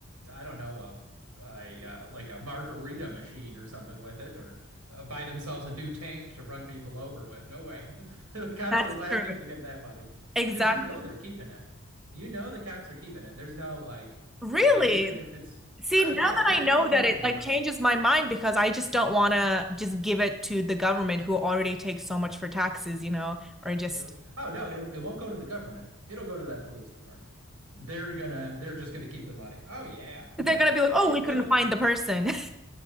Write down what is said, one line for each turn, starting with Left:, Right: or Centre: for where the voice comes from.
Right: I don't know, a, a uh, like a margarita machine or something with it, or uh, buy themselves a new tank to run people over with. No way. <laughs> The cops
Centre: That's
Right: are the last
Centre: true.
Right: people getting that money
Centre: Exactly.
Right: because you know they're keeping it. You know the cops are keeping it. There's no like,
Centre: Really?
Right: you know, even if it's,
Centre: See,
Right: oh
Centre: now
Right: yeah,
Centre: that
Right: they
Centre: I
Right: keep
Centre: know
Right: all the
Centre: that
Right: money
Centre: it
Right: they
Centre: like
Right: find.
Centre: changes my mind because I just don't want to just give it to the government who already takes so much for taxes, you know, or just
Right: Yeah. Oh no, it it won't go to the government. It'll go to that police department. They're gonna they're just gonna keep the money. Oh yeah.
Centre: They're gonna
Right: <laughs>
Centre: be like, oh,
Right: It
Centre: we
Right: what
Centre: couldn't find the person. <laughs>